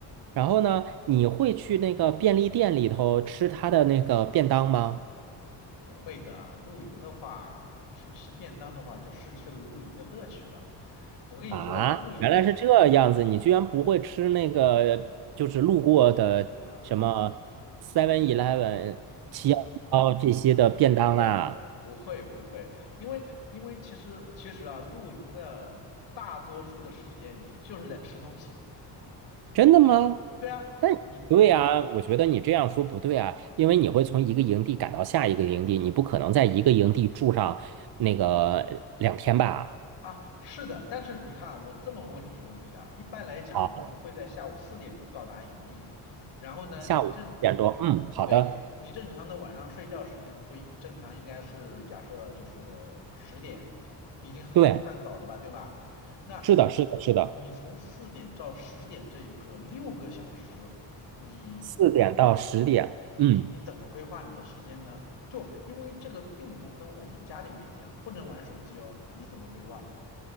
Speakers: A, on the right; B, on the left.
A: 然后呢，你会去那个便利店里头吃他的那个便当吗？
B: 不会的。露营的话，去吃便当的话，就失去了露营的乐趣了。我跟你说啊，
A: 啊，
B: 露营。
A: 原来是这样子，你居然不会吃那个，就是路过的什么
B: 啊，
A: Seven Eleven、七幺幺这些的便当啊？
B: 不会，不会，不会，因为因为其实其实啊，露营的大多数的时间你就是在吃东西。
A: 真的吗？
B: 对啊，
A: 但对啊，
B: 你
A: 我觉得你这样说不对啊，因为你会从一个营地赶到下一个营地，你不可能在一个营地住上那个两天吧？
B: 啊，是的，但是你看啊我这么问你一个问题啊，一般来讲，
A: 好，
B: 我们会在下午四点钟到达营地，然后呢，
A: 下午四点钟，
B: 你正，
A: 嗯，好的，
B: 对，你正常的晚上睡觉时间不应，正常应该是假设就是十点，已经很算早了吧，
A: 对，
B: 对吧？那你你从四点到十点这个六个小时，
A: 是的，是的，是的。
B: 你
A: 四点到十点，嗯，
B: 你你怎么规划你的时间呢？就因为这个并不跟我们家里面一样，不能玩手机哦，你怎么规划？